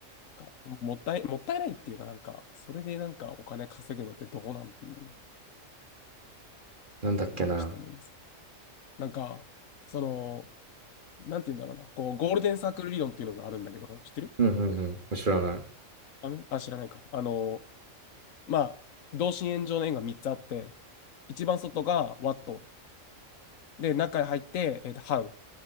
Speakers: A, on the left; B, on the right.
A: か、もったい、もったいないっていうか、なんか、それでなんかお金稼ぐのってどうなんていう、
B: なんだっけな。
A: 今ちょっと思います。なんか、その、なんて言うんだろうな、こう、ゴールデンサークル理論っていうのがあるんだけど、知ってる
B: うんうんうん。知らない。
A: あの、あ、知らないか。あの、まあ、同心円状の円が3つあって、一番外がワット、で、中に入って、えっと、ハウ、